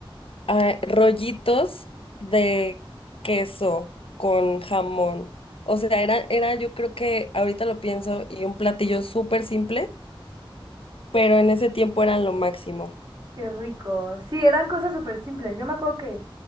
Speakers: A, on the left (about 75°); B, on the right (about 55°).
A: ah, rollitos de queso con jamón. O sea, era, era, yo creo que ahorita lo pienso, y un platillo súper simple, pero en ese tiempo eran lo máximo.
B: Qué rico. Sí, eran cosas súper simples. Yo me acuerdo que